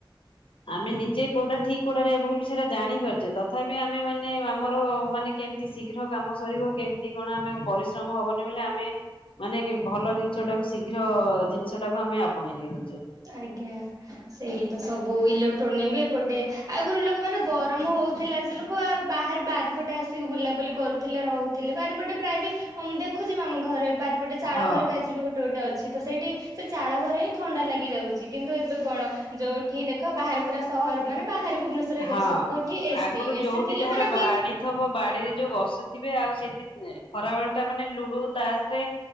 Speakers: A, on the left; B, on the right.
A: ଆମେ ନିଜେ କୋଉଟା ଠିକ କୋଉଟାରେ ଭୁଲ ସେଟା ଜାଣିପାରୁଛେ ତଥାପି ଆମେ ମାନେ ଆମ ଆମର ମାନେ କେମିତି ଶୀଘ୍ର କାମ ସରିବ କେମିତି କଣ ଆମେ ପରିଶ୍ରମ ହବନି ବୋଲି ଆମେ ମାନେ ଭଲ ଜିନିଷ ଟାକୁ ଶୀଘ୍ର ଜିନିଷ ଟାକୁ ଆମେ ଆପଣେଇ ନେଇଉଛେ।
B: ଆଜ୍ଞା ସେଇ ତ ସବୁ ଇଲେକ୍ଟ୍ରୋନିକ ବି ଏପଟେ ଆଗରୁ ଲୋକ ମାନେ ଗରମ ହଉ ଥିଲା ଯେ ଲୋକ ଆଉ ବାହାରେ ବାରିପଟେ ଆସିକି ବୁଲାବୁଲି କରୁଥିଲେ ରହୁଥିଲେ। ବାରିପଟେ ପ୍ରାୟ ବି ଉଁ ଦେଖୁଛି ଆମ ଘରେ ବାରିପଟେ ଚାଳ
A: ହଁ।
B: ଘର ବି ଆଜିିବ ବି ଗୋଟେ ଗୋଟେ ଅଛି ତ ସେଇଠି ତ ଚାଳ ଘରେ ହିଁ ଥଣ୍ଡା ଲାଗେ ଯାଉଛି କିନ୍ତୁ ଏବେ କଣ ଯୋଉଠି ଦେଖ ବାହାର ପୁରା ସହର ମାନେ ବାହରେ ଭୁବନେଶ୍ୱର ହେଇଗଲେ
A: ହଁ
B: ସବୁଠି ଏସି
A: ଆଗରୁ
B: ଏସି
A: ଯୋଉଠି
B: ଥିଲେ
A: ଯାହାର
B: ମାନେ ଆଉ
A: ବାଡି
B: କେହି
A: ଥବ ବାଡିରେ ଯୋଉ ବସି ଥିବେ ଆଉ ସେଇଠି ଖରାବେେଳ ଟା ମାନେ ଲୁଡୁ ତାସ ରେ